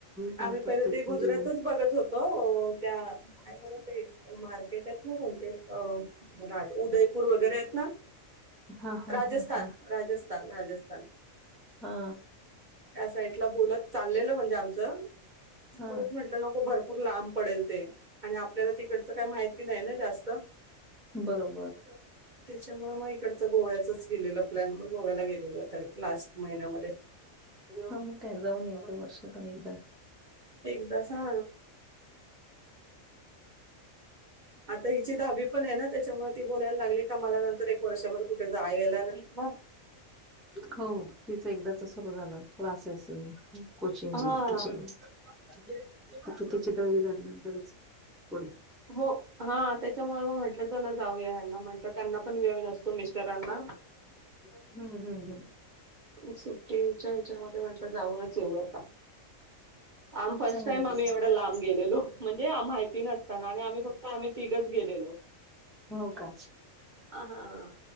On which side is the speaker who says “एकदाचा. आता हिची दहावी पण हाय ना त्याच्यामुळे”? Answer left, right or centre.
Right